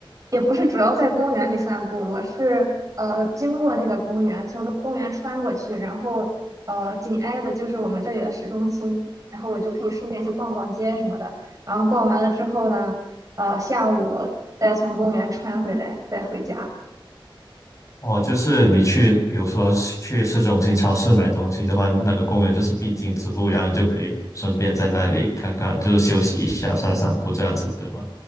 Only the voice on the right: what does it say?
也不是主要在公园里散步，我是呃经过那个公园，从公园穿过去，然后呃紧挨的就是我们这里的市中心，然后我就可以顺便去逛逛街什么的。然后逛完了之后呢，呃下午再从公园穿回来，再回家。